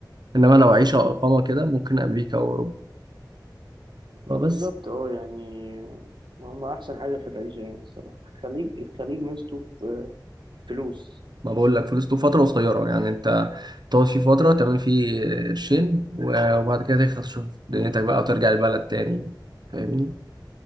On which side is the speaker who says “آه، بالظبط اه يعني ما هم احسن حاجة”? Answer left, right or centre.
Right